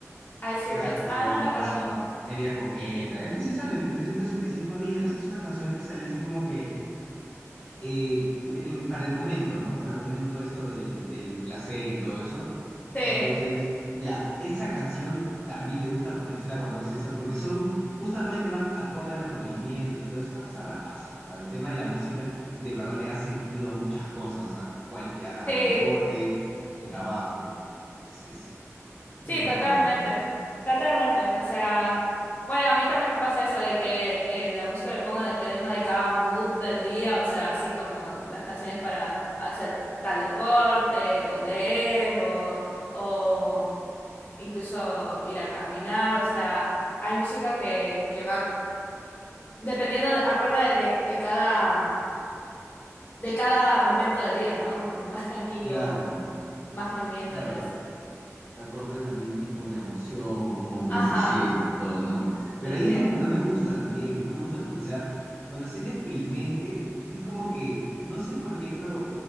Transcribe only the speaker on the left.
I See
Red.
Ah, no la conozco.
Sí,
sí,
Sí,
totalmente,
totalmente. O sea, bueno, a mí también me pasa eso de que eh, la música lo pongo dependiendo de cada mood del día, o sea, así como las canciones para hacer tal deporte o leer o, o incluso ir a caminar, o sea, hay música que, que va dependiendo, de, acorde de, de, de cada, de cada momento del día, ¿no? Como más tranquilo,
más movimiento
y así.
Ajá,
sí.